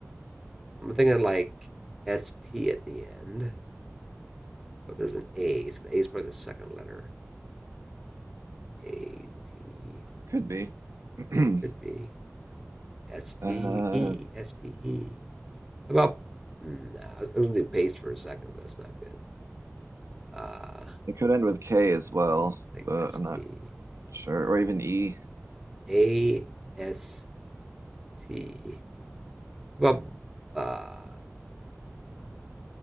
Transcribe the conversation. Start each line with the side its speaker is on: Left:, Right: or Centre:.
Centre: I'm thinking like S T at the end, but there's an A, so the A is probably the second letter. A T.
Right: could be.
Centre: Yeah,
Right: <clears throat>
Centre: it could be S T
Right: uh,
Centre: E S T E. About mm, nah, I was going to do paste for a second, but that's not good. Uh, I
Right: it could end with K as well,
Centre: think
Right: but
Centre: S
Right: I'm not
Centre: T
Right: sure. Or even E.
Centre: A S T. About uh,